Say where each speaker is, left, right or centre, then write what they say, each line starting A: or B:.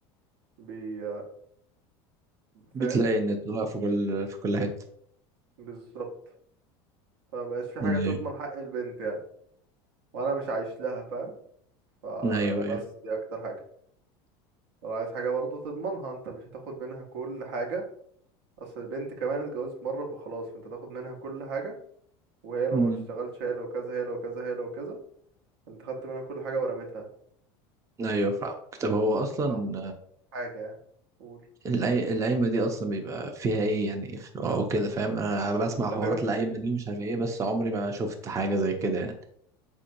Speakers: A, on the right (about 85°); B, on the right (about 25°).
A: بي
B: بتلاقي
A: فاهم
B: ان طلع في كل في كل حتة
A: بالظبط فمبقاش في
B: أمم.
A: حاجه تضمن حق البنت يعني وانا مش عايش لها فاهم فبس
B: ايوه ايوه
A: دي اكتر حاجه لو عايز حاجه برضو تضمنها انت مش هتاخد منها كل حاجه اصل البنت كمان اتجوزت مره فخلاص فانت تاخد منها كل حاجه وهي لو
B: امم
A: ما اشتغلتش هي لو كذا هي لو كذا هي لو كذا انت خدت منها كل حاجه ورميتها
B: ايوه فاهمك طب هو
A: انت تطلع
B: اصلا
A: حاجه يعني قول
B: الأي... القايمة دي اصلا بيبقى فيها ايه يعني ف- او كده فاهم انا بسمع
A: كل
B: حوارات
A: حاجه في
B: القايمة
A: البيت
B: دي مش عارف ايه بس عمري ما شفت حاجة زي كده يعني